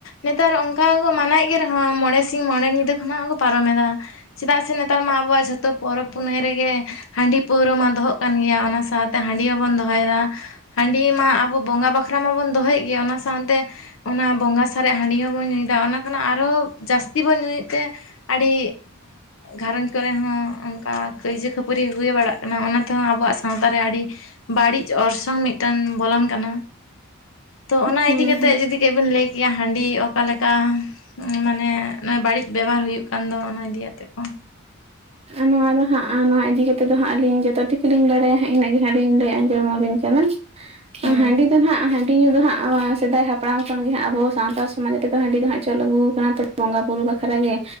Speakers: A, on the left (about 65°); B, on the right (about 30°).
A: ᱱᱮᱛᱟᱨ ᱚᱱᱠᱟ ᱠᱚ ᱢᱟᱱᱟᱣᱮᱫ ᱜᱮᱭᱟ᱾ ᱦᱚᱸ ᱢᱚᱬᱮ ᱥᱤᱧ ᱢᱚᱬᱮ ᱧᱤᱫᱟᱹ ᱠᱷᱚᱱᱟᱜ ᱠᱚ ᱯᱟᱨᱚᱢ ᱮᱫᱟ᱾ ᱪᱮᱫᱟᱜ ᱥᱮ ᱱᱮᱛᱟᱨ ᱢᱟ ᱟᱵᱚᱣᱟᱜ ᱡᱷᱚᱛᱚ ᱯᱚᱨᱚᱵ ᱯᱩᱱᱟᱹᱭ ᱨᱮᱜᱮ ᱦᱟᱺᱰᱤ ᱯᱟᱹᱣᱨᱟᱹ ᱢᱟ ᱫᱚᱦᱚᱜ ᱠᱟᱱᱟ᱾ ᱠᱟᱱ ᱜᱮᱭᱟ ᱚᱱᱟ ᱥᱟᱶᱛᱮ ᱦᱟᱺᱰᱤ ᱦᱚᱸᱵᱚᱱ ᱫᱚᱦᱚᱭᱮᱫᱟ᱾ ᱦᱟᱺᱰᱤ ᱢᱟ ᱟᱵᱚ ᱵᱚᱸᱜᱟ ᱵᱟᱠᱷᱨᱟ ᱢᱟᱵᱚᱱ ᱫᱚᱦᱚᱭᱮᱫ ᱜᱮᱭᱟ ᱚᱱᱟ ᱥᱟᱶᱛᱮᱼᱼ ᱚᱱᱟ ᱵᱚᱸᱜᱟ ᱥᱟᱨᱮᱡ ᱦᱟᱺᱰᱤ ᱦᱚᱸᱵᱚᱱ ᱧᱩᱭᱮᱫᱟ ᱚᱱᱟ ᱠᱷᱚᱱᱟᱜ ᱟᱨᱚ ᱡᱟᱹᱥᱛᱤ ᱵᱚᱱ ᱧᱩᱭᱮᱫ ᱛᱮ ᱟᱹᱰᱤ ᱜᱷᱟᱨᱚᱸᱡ ᱠᱚᱨᱮ ᱦᱚᱸ ᱚᱱᱠᱟ ᱠᱟᱹᱭᱡᱟᱹ ᱠᱷᱟᱹᱯᱟᱹᱨᱤ ᱦᱩᱭ ᱵᱟᱲᱟᱜ ᱠᱟᱱᱟ, ᱚᱱᱟᱛᱮᱼᱼ ᱱᱤᱛ ᱟᱵᱚᱣᱟᱜ ᱥᱟᱶᱛᱟ ᱨᱮ ᱟᱹᱰᱤ ᱵᱟᱹᱲᱤᱡ ᱚᱨᱥᱚᱝ ᱢᱤᱫᱴᱟᱝ ᱵᱚᱞᱚᱱ ᱠᱟᱱᱟ᱾ ᱛᱚ ᱚᱱᱟ
B: ᱦᱮᱸ
A: ᱤᱫᱤ ᱠᱟᱛᱮᱫ ᱡᱩᱫᱤ ᱠᱟᱹᱡ ᱵᱤᱱ ᱞᱟᱹᱭ ᱠᱮᱭᱟ ᱦᱟᱺᱰᱤ ᱚᱠᱟᱞᱮᱠᱟ? ᱢᱟᱱᱮ ᱱᱚᱜᱼᱚᱭ ᱵᱟᱹᱲᱤᱡ ᱵᱮᱵᱚᱦᱟᱨ ᱦᱩᱭᱩᱜ ᱠᱟᱱ ᱫᱚ ᱚᱱᱟ ᱤᱫᱤᱠᱟᱛᱮᱜ ᱠᱚ᱾
B: ᱱᱚᱣᱟ ᱫᱚ ᱦᱟᱸᱜ ᱱᱚᱣᱟ ᱤᱫᱤ ᱠᱟᱛᱮ ᱫᱚ ᱦᱟᱸᱜ ᱟᱹᱞᱤᱧ ᱡᱚᱛᱚ ᱴᱩᱠᱩ ᱞᱤᱧ ᱵᱟᱲᱟᱭᱟ ᱦᱟᱸᱜ ᱤᱱᱟᱹᱜ ᱜᱮ ᱦᱟᱸᱜ ᱞᱤᱧ ᱞᱟᱹᱭ ᱟᱸᱡᱚᱢᱟᱵᱤᱱ ᱠᱟᱱᱟ᱾
A: ᱦᱮᱸ
B: ᱦᱟᱺᱰᱤ ᱫᱚ ᱦᱟᱸᱜ ᱦᱟᱺᱰᱤᱼᱼ ᱦᱟᱺᱰᱤ ᱧᱩ ᱫᱚ ᱦᱟᱸᱜ ᱥᱮᱫᱟᱭ ᱦᱟᱯᱟᱢ ᱠᱷᱚᱱ ᱜᱮ ᱦᱟᱸᱜ ᱟᱵᱚ ᱥᱟᱶᱛᱟᱲ ᱥᱚᱢᱟᱡᱽ ᱨᱮᱫᱚ ᱦᱟᱺᱰᱤ ᱫᱚ ᱦᱟᱸᱜ ᱪᱚᱞ ᱟᱹᱜᱩ ᱟᱠᱟᱱᱟ᱾ ᱵᱚᱸᱜᱟ ᱵᱩᱨᱩ ᱵᱟᱠᱷᱨᱟ ᱜᱮ